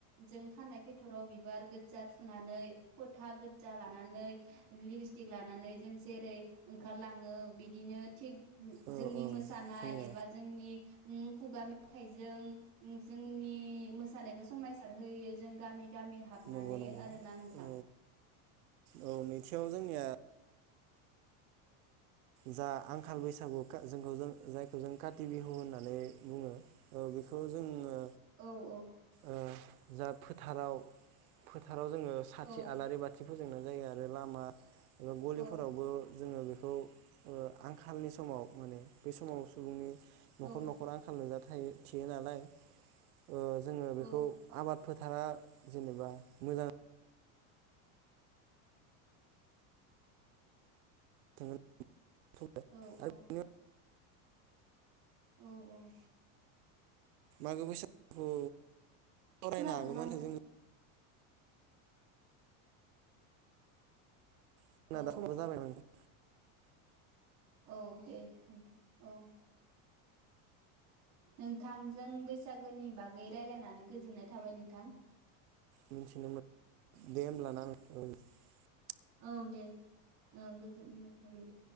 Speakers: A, on the right (about 55°); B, on the right (about 85°).
A: जों खानाय फेथराव बिबार गोदजा थुनानै फोथा गोदजा लानानै लिपस्टिक लानानै जों जेरै ओंखारलाङो बिदिनो थिग
B: औ
A: जोंनि
B: औ
A: मोसानाय
B: जोंनिया
A: एबा जोंनि उम खुगा मेथाइजों जोंनि मोसानायखौ समायसार होयो जों गामि गामि हाबनानै
B: नंगौ नंगौ
A: आरोना नोंथां।
B: औ
A: <inaudible>
B: औ नैथियाव जोंनिया जा आंखाल बैसागु जोंखौ जों जायखौ जों काति बिहु होननानै बुंङो बेखौ जोंङो
A: औ औ
B: ओ जा फोथाराव फो फोथाराव जोङो साथि
A: औ
B: आलारि बाथि फोजोंनाय जायो आरो लामा एबा गलिफोरावबो
A: औ
B: जोंङो बेखौ आंखालनि समाव मोनो बे समाव सुबुंनि
A: औ
B: नखर नखर आंखाल नुजा <inaudible> ओ जोंङो
A: औ
B: बेखौ आबाद फोथारा जेनेबा मोजां <inaudible>
A: औ
B: आरो
A: औ
B: बिदिनो
A: औ औ
B: मागो बैसागुखौ फरायना
A: खोनादोंना
B: हागौमोन
A: नोंथां
B: जों <inaudible> <inaudible>
A: औ औ औ दे नोंथां औ। नोंथांजों बैसागोनि बागै रायलायनानै गोजोननाय थाबाय नोंथां
B: मिथिनो मोन दे होम्लाना नों <inaudible>
A: औ दे गोजोन मोननाय थाबाय दे।